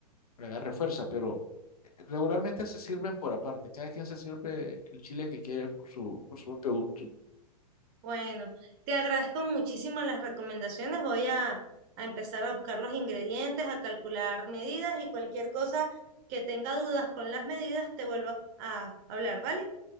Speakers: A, on the left; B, on the right.
A: agarre fuerza. Pero regularmente se sirven por aparte. Cada quien se sirve el chile que quiere por su, por su propio gusto.
B: Bueno, te agradezco muchísimo las recomendaciones. Voy a, a empezar a buscar los ingredientes, a calcular medidas y cualquier cosa que tenga dudas con las medidas, te vuelvo a a hablar, ¿vale?